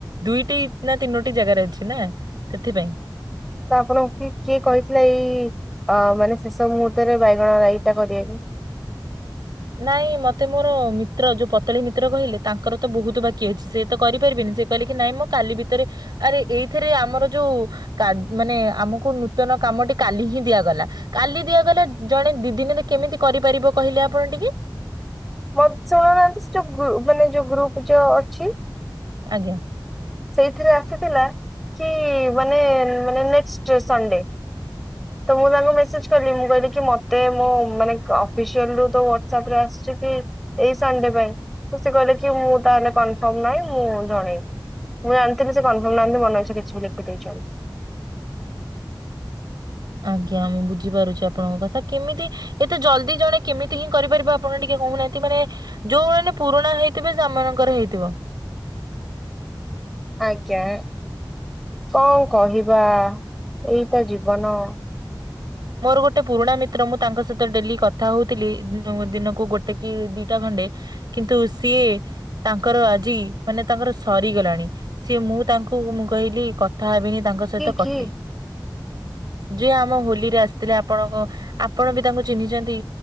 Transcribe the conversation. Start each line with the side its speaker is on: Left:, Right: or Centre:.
Right: ଦୁଇଟି ନା ତିନୋଟି ଜାଗାରେ ଅଛି ନା। ସେଥିପାଇଁ
Centre: ତ ଆପଣଙ୍କୁ କିଏ କହିଥିଲା -ଏଇ ଅ ମାନେ ଶେଷ ମୁହୂର୍ତ୍ତରେ ବାଇଗଣ ରାଇଟା କରିଆକୁ?
Right: ନାଇଁ ମତେ ମୋର ମିତ୍ର ଯୋଉ ପତଳି ମିତ୍ର କହିଲେ ତାଙ୍କର ତ ବହୁତ ବାକି ଅଛି ସେ ତ କରିପାରିବେନି। ସେ କଇଲେ କି ନାଇଁ ମୁଁ କାଲି ଭିତରେ ଆରେ ଏଇଥିରେ ଆମର ଯୋଉ କାଡ୍ ମାନେ ଆମକୁ ନୂତନ କାମଟି କାଲି ହିଁ ଦିଆଗଲା। କାଲି ଦିଆଗଲା ଜଣେ ଦି ଦିନିରେ କେମିତି କରିପାରିବ କହିଲେ ଆ ପଣ ଟିକେ
Centre: ମତେ ଶୁଣୁନାହାନ୍ତି ସେ ଯୋଉ ଗ୍ରୁ ମାନେ ଯୋଉ ଗ୍ରୁପ ଯଅ ଅଛି।
Right: ଆଜ୍ଞା।
Centre: ସେଇଥିରେ ଆସିଥିଲା କି ମାନେ ମାନେ ନେକଷ୍ଟ ସନଡେ। ତ ମୁଁ ତାଙ୍କୁ ମେସେଜ କଲି ମୁଁ କଇଲି କି ମତେ ମୋ ମାନେ ଅଫିସିଆଲରୁ ତ ୱାଟସଅପ ରେ ଆସିଚି। ଏଇ ସନଡେ ପାଇଁ ସେ କଇଲେ କି ମୁଁ ତାହେଲେ କନଫର୍ମ ନାଇଁ ମୁଁ ଜଣେଇବି। ମୁଁ ଜାଣିଥିଲି ସେ କନଫର୍ମ ନାହାନ୍ତି ମନଇଛା କିଛି ବି ଲେଖି ଦେଇଚନ୍ତି।
Right: ଆଜ୍ଞା ମୁଁ ବୁଝିପାରୁଚି ଆପଣଙ୍କ କଥା। କେମିତି ଏତେ ଜଲ୍ଦି ଜଣେ କେମିତି ହିଁ କରିପାରିବ ଆପଣ ଟିକେ କହୁନାହାନ୍ତି ମାନେ ଯୋଉମାନେ ପୁରୁଣା ହେଇଥିବେ ସେମାନଙ୍କର ହେଇଥିବ।
Centre: ଆଜ୍ଞା କଣ କହିବା? ଏଇତ ଜୀବନ।
Right: ମୋର ଗୋଟେ ପୁରୁଣା ମିତ୍ର ମୁଁ ତାଙ୍କ ସହିତ ଡେଲି କଥା ହଉଥିଲି ଦିନକୁ ଦିନକୁ ଗୋଟେ କି ଦିଟା ଖଣ୍ଡେ କିନ୍ତୁ ସିଏ ତାଙ୍କର ଆଜି ମାନେ ତାଙ୍କର ସରିଗଲାଣି ସେ ମୁଁ। ମୁଁ ତାଙ୍କୁ ମୁଁ କହିଲି କଥା ହେବିନି ତାଙ୍କ ସହିତ
Centre: କି
Right: କଟି।
Centre: କି
Right: ଯେ ଆମ ହୋଲି ରେ ଆସିଥିଲେ ଆପଣଙ୍କ ଆପଣ ବି ତାଙ୍କୁ ଚିହ୍ନିଚନ୍ତି।